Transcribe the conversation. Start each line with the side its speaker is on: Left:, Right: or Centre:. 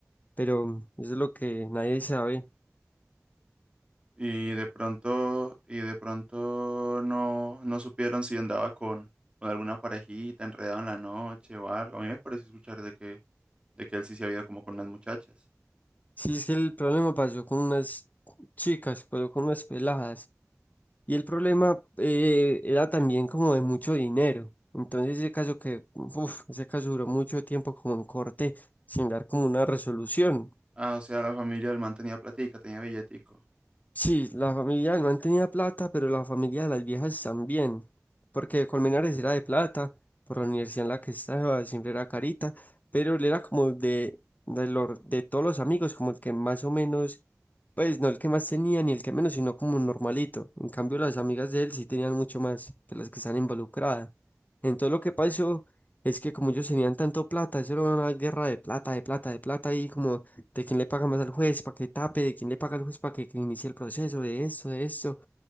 Left: pero eso es lo que nadie sabe.
Right: Y de pronto, y de pronto no, no supieron si andaba con, con alguna parejita enredado en la noche o algo. A mí me pareció escuchar de que, de que él sí se había ido como con unas muchachas.
Left: Sí, es que el problema pasó con unas chicas, pasó con unas peladas. Y el problema eh, era también como de mucho dinero. Entonces ese caso que, uf, ese caso duró mucho tiempo como en corte sin dar como una resolución.
Right: Ah, o sea, la familia del man tenía platica, tenía billetico.
Left: Sí, la familia no tenía plata, pero la familia de las viejas también, porque Colmenares era de plata, por la universidad en la que estaba siempre era carita, pero él era como de, de, los- de todos los amigos, como el que más o menos, pues no el que más tenía ni el que menos, sino como un normalito. En cambio, las amigas de él sí tenían mucho más que las que están involucradas. Entonces lo que pasó es que como ellos tenían tanto plata, eso era una guerra de plata, de plata, de plata, y como de quién le paga más al juez para que tape, de quién le paga al juez para que, que inicie el proceso, de esto, de esto.